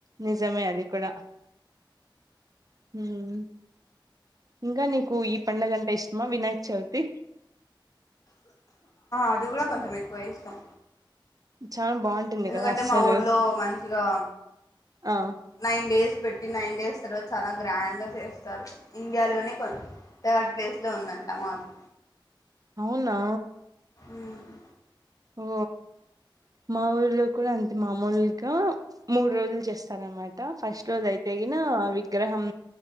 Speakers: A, on the right; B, on the left.
A: నిజమే అది కూడా మ్.. ఇంకా నీకు ఈ పండగంటే ఇష్టమా వినాయక చవితి
B: అది కూడా కొంచెం ఎక్కువ ఇష్టం
A: చాలా బాగుంటుంది
B: ఎందుకంటే
A: కదా అస్సలు
B: మా ఊర్లో మంచిగా
A: ఆ
B: నైన్ డేస్ పెట్టి నైన్ డేస్ తర్వాత చాలా గ్రాండ్ గా చేస్తారు ఇండియా లోనే కొ థర్డ్ ప్లేస్ లో ఉంద <unintelligible>
A: అవును నా
B: ఉమ్
A: ఓ మా ఊర్లో కూడా అంతే మామూల్గా మూడు రోజులు చేస్తారనమాట ఫస్ట్ రోజు అయితేయిన విగ్రహం